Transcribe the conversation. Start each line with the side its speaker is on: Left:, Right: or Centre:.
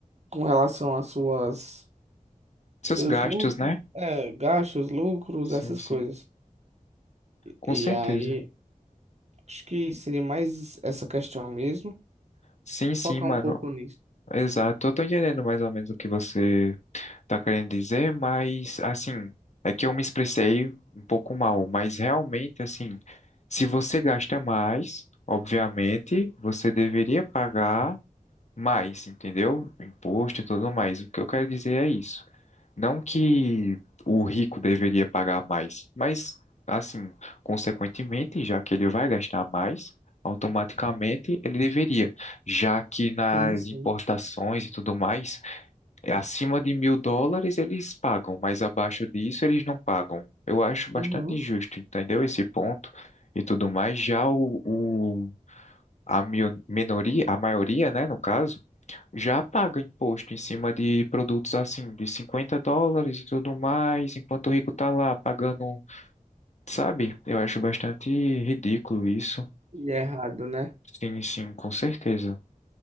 Right: com relação às suas seus
Left: Seus gastos,
Right: lucros,
Left: né?
Right: é, gastos, lucros,
Left: Sim,
Right: essas
Left: sim.
Right: coisas.
Left: Com
Right: E
Left: certeza.
Right: aí, acho que seria mais essa questão mesmo.
Left: Sim, sim,
Right: Focar
Left: mano.
Right: um pouco nisso.
Left: Exato. Eu tô entendendo mais ou menos o que você tá querendo dizer, mas assim, é que eu me expressei um pouco mal, mas realmente, assim, se você gasta mais, obviamente, você deveria pagar mais, entendeu? Imposto e tudo mais. O que eu quero dizer é isso. Não que o rico deveria pagar mais, mas, assim, consequentemente, já que ele vai gastar mais, automaticamente ele deveria, já que nas
Right: Sim, sim.
Left: importações e tudo mais, é acima de mil dólares eles pagam, mas abaixo disso eles não pagam. Eu acho bastante
Right: Uhum.
Left: injusto, entendeu? Esse ponto e tudo mais. Já o, o- a mio- minoria, a maioria, né, no caso já paga imposto em cima de produtos assim, de 50 dólares e tudo mais, enquanto o rico tá lá pagando, sabe? Eu acho bastante ridículo isso.
Right: E é errado, né?
Left: Sim, sim, com certeza.